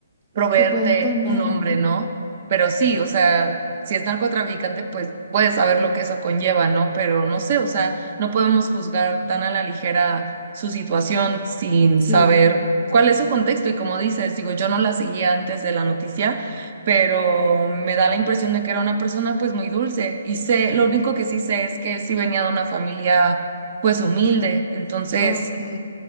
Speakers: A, on the right; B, on the left.
A: proveerte
B: Que pueden tener.
A: un hombre ¿no? Pero sí, o sea, si es narcotraficante, pues puedes saber lo que eso conlleva, ¿no? Pero no sé, o sea, no podemos juzgar tan a la ligera su situación sin
B: Sí,
A: saber cuál es su contexto. Y como dices, digo, yo no la seguía antes de la noticia, pero me da la impresión de que era una persona pues muy dulce. Y sé, lo único que sí sé es que sí venía de una familia pues humilde. Entonces
B: ok.